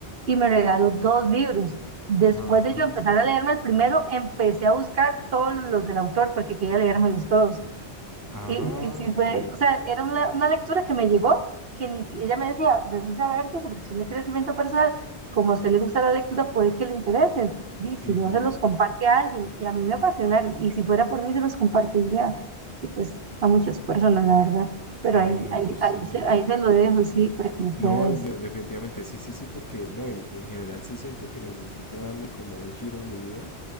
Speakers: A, on the right (about 60°); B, on the left (about 20°).
A: Y me regaló dos libros. Después
B: Ah,
A: de yo empezar a leerme el primero, empecé a buscar todos los del autor porque quería leérmelos todos.
B: ah,
A: Y, y sí
B: ok.
A: fue, o sea, era una, una lectura que me llegó, que ni, si- ella me decía, revisa a ver, dice, porque son de crecimiento personal, como a usted le gusta la lectura, puede que le interesen. Dice,
B: Ujú.
A: si no se los comparte a alguien, y a mí me apasionaron, y si fuera por mí se los compartiría, y pues a muchas personas, la verdad. Pero
B: Ay,
A: ahí,
B: no,
A: ahí,
B: sí.
A: ahí se, ahí se lo dejo, sí, para que lo puedas.
B: No, de- definitivamente, sí, sí, sí, porque no, en, en general sí siento que necesito darle como un giro a mi vida